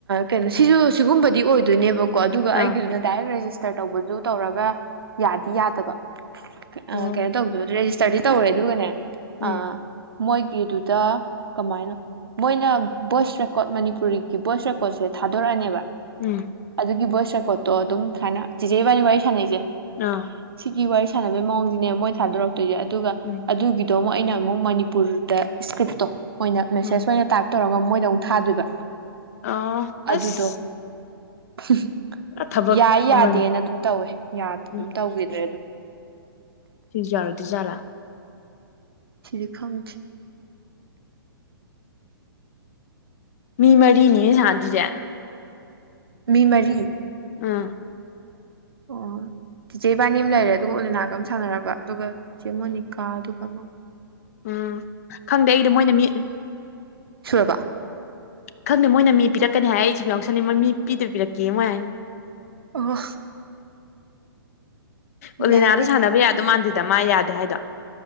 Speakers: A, on the right (about 70°); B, on the left (about 40°).
A: ꯀꯩꯅꯣ ꯁꯤꯁꯨ ꯁꯤꯒꯨꯝꯕꯗꯤ ꯑꯣꯏꯗꯣꯏꯅꯦꯕ ꯀꯣ ꯑꯗꯨꯒ ꯑꯩꯒꯤꯗꯨꯅ
B: ꯑꯥ
A: ꯗꯥꯏꯔꯦꯛ ꯔꯦꯖꯤꯁ ꯇ ꯇꯧꯕꯗꯨ ꯇꯧꯔꯒ ꯌꯥꯗꯤ ꯌꯥꯗꯕ ꯑ
B: ꯑꯣ
A: ꯀꯩꯅꯣ ꯇꯧꯗꯦ ꯔꯦꯖꯤꯁ ꯁ꯭ꯇꯔꯗꯤ ꯇꯧꯔꯦ ꯑꯗꯨꯒꯅꯦ
B: ꯎꯝ
A: ꯑꯥ ꯃꯣꯏꯒꯤꯗꯨꯗ ꯀꯃꯥꯏꯅꯣ ꯃꯣꯏꯅ ꯚꯣꯏꯁ ꯔꯦꯀꯣꯔꯠ ꯃꯅꯤꯄꯨꯔꯤꯒꯤ ꯚꯣꯏꯁ ꯔꯦꯀꯣꯔꯠꯁꯦ ꯊꯥꯗꯣꯔꯛꯑꯅꯦꯕ
B: ꯎꯝ
A: ꯑꯗꯨꯒꯤ ꯚꯣꯏꯁ ꯔꯦꯀꯣꯠꯇꯣ ꯑꯗꯨꯝ ꯁꯨꯃꯥꯏꯅ ꯆꯦꯆꯦ ꯏꯕꯥꯟꯅꯤ ꯋꯥꯔꯤ ꯁꯥꯟꯅꯩꯁꯦ
B: ꯑꯥ
A: ꯁꯤꯒꯤ ꯋꯥꯔꯤꯁꯦ ꯁꯥꯟꯅꯕꯩ ꯃꯑꯣꯡꯁꯤꯅꯦ ꯃꯣꯏ ꯊꯥꯗꯣꯔꯛ ꯑꯗꯨꯒ
B: ꯎꯝ
A: ꯑꯗꯨꯒꯤꯗꯤ ꯑꯗꯣ ꯑꯃꯨꯛ ꯑꯩꯅ ꯑꯃꯨꯛ ꯃꯅꯤꯄꯨꯔꯗ ꯏꯁꯀ꯭ꯔꯤꯞꯇꯣ ꯑꯣꯏꯅ ꯃꯦꯁꯦꯁ
B: ꯎꯝ
A: ꯑꯣꯏꯅ ꯇꯥꯛ ꯇꯧꯔꯒ ꯃꯣꯏꯗ ꯑꯃꯨꯛ ꯊꯥꯗꯣꯏꯕ꯫
B: ꯑ
A: ꯑꯗꯨꯗꯣ
B: ꯑꯁ
A: <unintelligible>
B: ꯄꯨꯔꯥ ꯊꯕꯛ
A: ꯌꯥꯏ ꯌꯥꯗꯦꯅ
B: ꯑꯃꯅꯤ
A: ꯑꯗꯨꯝ ꯇꯧꯋꯦ ꯑꯗꯨꯝ
B: ꯎꯝ
A: ꯇꯧꯈꯤꯗ꯭ꯔꯦ ꯑꯗꯨꯝ꯫
B: ꯁꯤꯁꯨ ꯌꯥꯔꯣꯏꯗꯣꯏꯖꯥꯠꯂꯥ
A: ꯁꯤꯗꯤ ꯈꯪꯗꯦ꯫
B: ꯃꯤ ꯃꯔꯤꯅꯤ ꯁꯥꯥꯟ ꯗꯨꯁꯦ꯫
A: ꯃꯤ ꯃꯔꯤ
B: ꯎꯝ꯫
A: ꯑꯣ ꯇꯤꯆꯦ ꯏꯕꯥꯅꯤ ꯑꯃ ꯂꯩꯔꯦ ꯑꯗꯨꯒ ꯑꯣꯂꯤꯅꯥꯒ ꯑꯃ ꯁꯥꯟꯅꯔꯕ ꯑꯗꯨꯒ ꯆꯦ ꯃꯣꯅꯤꯀꯥ ꯑꯗꯨꯒ ꯑꯃ
B: ꯎꯝ ꯈꯪꯗꯦ ꯑꯩꯗꯣ ꯃꯣꯏꯅ ꯃꯤ
A: ꯁꯨꯔꯕꯥ
B: ꯈꯪꯗꯦ ꯃꯣꯏꯅ ꯃꯤ ꯄꯤꯔꯛꯀꯅꯤ ꯍꯥꯏ ꯑꯩ ꯁꯨꯝ ꯌꯥꯎꯁꯟꯅꯤꯡꯕ ꯃꯤ ꯄꯤꯗꯨ ꯄꯤꯔꯛꯀꯦ ꯃꯣꯏ ꯍꯥꯏꯅ꯫
A: ꯑꯣ꯫
B: ꯑꯣꯂꯤꯅꯥꯗ
A: ꯌꯥꯏ ꯀꯩꯅꯣꯗꯨ
B: ꯁꯥꯟꯅꯕ ꯌꯥꯗꯣꯏ ꯃꯥꯟꯗꯦꯗ꯫ ꯗ ꯃꯥ ꯌꯥꯗꯦ ꯍꯥꯏꯗꯣ꯫